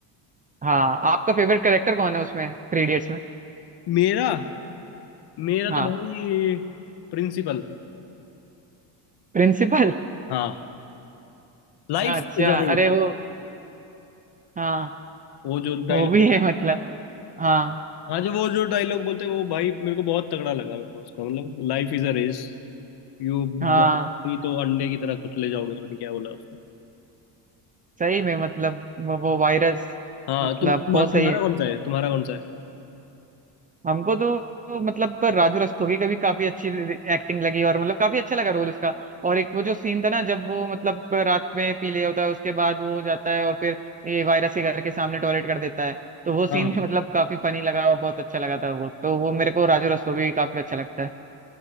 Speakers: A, on the right (about 15°); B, on the left (about 50°).
A: हाँ आपका फेवरेट कैरेक्टर कौन है उसमें थ्री इडियट्स में
B: मेरा मेरा
A: हाँ
B: तो भाई प्रिंसिपल
A: प्रिंसिपल
B: हाँ लाइफ
A: अच्छा
B: इज अ रेस
A: अरे वो हाँ
B: वो जो डायलॉग
A: वो भी है मतलब हाँ
B: हाँ जो वो जो डायलॉग बोलते हैं वो भाई मेरे को बहुत तगड़ा लगा मेरे को उसका मतलब life is a race you
A: हाँ
B: दौड़ोगी तो अंडे की तरह कुचले जाओगे पता नहीं क्या बोला उसने
A: सही में मतलब वो वो वायरस
B: हाँ
A: मतलब
B: तुम तुम-
A: बहुत
B: तुम्हारा
A: सही है
B: कौन सा है तुम्हारा कौन सा है
A: हमको तो तो मतलब पर राजू रस्तोगी का भी काफी अच्छी एक्टिंग लगी और मतलब काफी अच्छा लगा रोल उसका और एक वो जो सीन था ना जब वो मतलब रात में पी लिया होता है उसके बाद वो जाता है और फिर ये वायरस के घर के सामने टॉयलेट कर देता है तो वो सीन
B: हाँ
A: भी मतलब काफी फनी लगा और बहुत अच्छा लगा था वो तो वो मेरे को राजू रस्तोगी काफी अच्छा लगता है